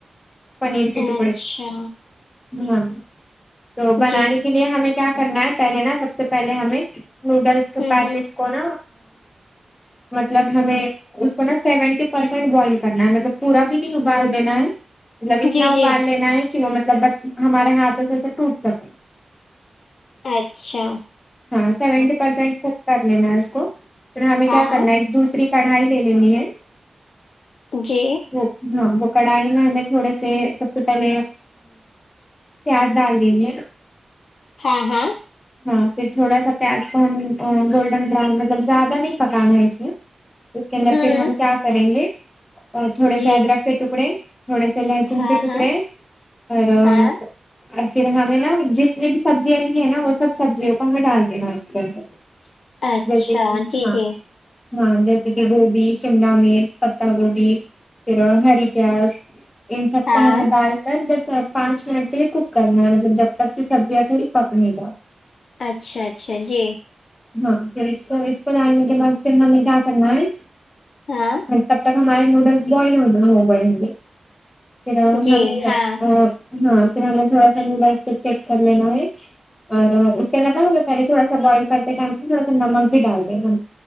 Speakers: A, on the left; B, on the left.
A: پنیر کے
B: اچھا
A: ٹکڑے ہاں تو بنانے
B: جی
A: کی یہ ہمیں کیا کرنا ہے پہلے نا سب سے پہلے ہمیں نوڈلس کے
B: ہوں
A: پیکٹ
B: ہوں
A: کو نا مطلب ہمیں اس کو نا سیونٹی پرسینٹ بوائل کرنا ہے مطلب پورا بھی نہیں ابال لینا ہے مطلب اتنا
B: جی
A: ابال
B: جی
A: لینا ہے کہ وہ مطلب بس ہمارے ہاتھوں سے ایسے ٹوٹ سکے
B: اچھا
A: ہاں سیونٹی پرسینٹ کک کر لینا ہے اس کو پھر ہمیں
B: ہاں
A: کیا کرنا ہے ایک دوسری کڑھائی لے لینی ہے
B: جی
A: وہ ہاں وہ کڑھائی میں ہمیں تھوڑے سے سب سے پہلے پیاز ڈال دیں گے
B: ہاں ہاں
A: ہاں پھر تھوڑا سا پیاز کو ہم گولڈن براؤن مطلب زیادہ نہیں پکانا ہے اس میں اس کے اندر
B: ہوں
A: پھر ہم کیا کریں گے تھوڑے سے
B: جی
A: ادرک کے ٹکڑے تھوڑے سے لہسن
B: ہاں
A: کے تکڑے
B: ہاں
A: اور
B: ہاں
A: اور پھر ہمیں ناں جتنی بھی سبزیاں لی ہیں ناں وہ سب سبزیوں کو ہمیں ڈال دینا اس کے اندر <inaudible>
B: اچھا
A: جیسے کہ
B: جی
A: ہاں
B: جی
A: ہاں جیسے کہ گوبی شملہ مرچ پتا گوبی پھر ہری پیاز ان سب
B: ہاں
A: کو ہمیں دال کر بس پانچ منٹ کے لیے کک کرنا ہے مطلب جب تک کہ سبزیاں تھوڑی پک نہیں جاۓ
B: اچھا اچھا جی
A: ہاں پھر اس کو اس کو ڈالنے کے بعد پھر ہمیں کیا کرنا ہے
B: ہاں
A: تب تک ہمارے نوڈلس بوائل ہو ہو گئے ہوں گے پھر
B: جی
A: ہمیں
B: ہاں
A: ہاں پھر ہمیں تھوڑا سا نوڈلس چیک کرلینا ہے اور اس کے علاوہ ہمیں پہلے تھوڑا سا بوائل کرتے ٹائم تھوڑا سا نمک بھی ڈال دیں گے